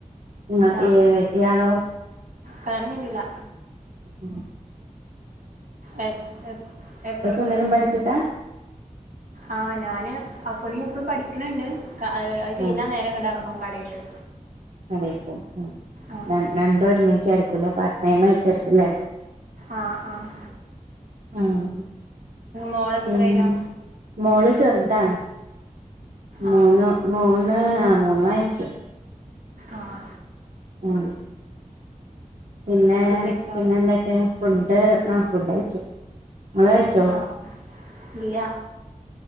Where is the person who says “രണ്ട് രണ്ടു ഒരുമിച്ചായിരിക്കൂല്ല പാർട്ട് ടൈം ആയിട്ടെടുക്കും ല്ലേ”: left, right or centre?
Right